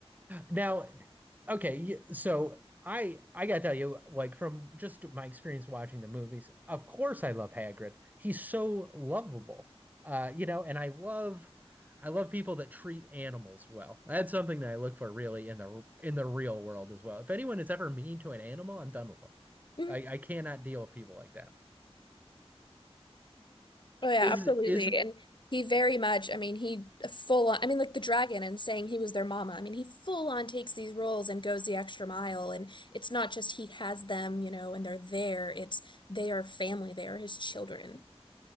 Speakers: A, on the right; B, on the left.
A: now, okay, y- so I I gotta tell you, like from just my experience watching the movies, of course I love Hagrid. He's so lovable. Uh, you know, and I love I love people that treat animals well. That's something that I look for really in the in the real world as well. If anyone is ever mean to an animal, I'm done with them.
B: Mm-hmm.
A: I, I cannot deal with people like that.
B: Oh yeah,
A: Is
B: absolutely.
A: is
B: And he very much, I mean, he full on, I mean, like the dragon and saying he was their mama. I mean, he full on takes these roles and goes the extra mile. And it's not just he has them, you know, and they're there. It's they are family. They are his children.